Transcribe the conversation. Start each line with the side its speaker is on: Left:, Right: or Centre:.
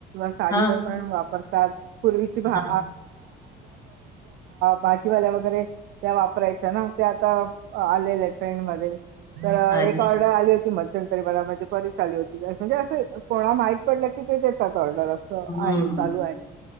Right: साडीर
Left: हां,
Right: पण वापरतात प किंवा
Left: हां.
Right: भाजीवाल्या वगैरे त्या वापरायच्या ना ते आता आलेल्या ट्रेंड मध्ये तर
Left: अच्छा.
Right: एक ऑर्डर आली होती मग री माझे बरी चाली होती म्हणजे असं कोणाला माहीत पडलं की ते देतात. ड
Left: हम्म.
Right: आहे चालू आहे